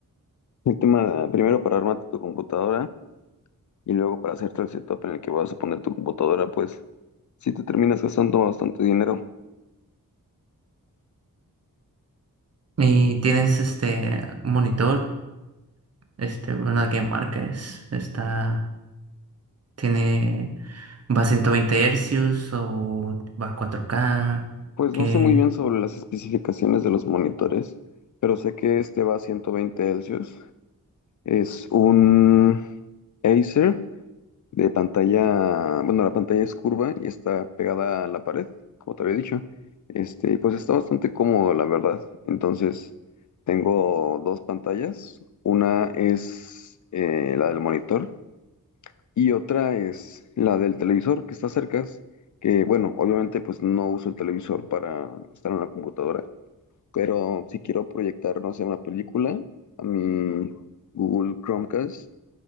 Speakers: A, on the left (about 60°); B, on the right (about 45°).
A: el tema, primero para armarte tu computadora y luego para hacerte el setup en el que vas a poner tu computadora, pues si te terminas gastando bastante dinero.
B: ¿Y tienes este monitor? Este, bueno, la que marca es, está, tiene, va a 120 hercios o va a 4K,
A: Pues
B: que
A: no sé muy bien sobre las especificaciones de los monitores, pero sé que este va a 120 Hz. Es un Acer de pantalla, bueno, la pantalla es curva y está pegada a la pared, como te había dicho. Este, y pues está bastante cómodo, la verdad. Entonces, tengo dos pantallas. Una es eh, la del monitor Y otra es la del televisor que está cerca, que bueno, obviamente pues no uso el televisor para estar en la computadora, pero si quiero proyectar, no sé, una película, a mi Google Chromecast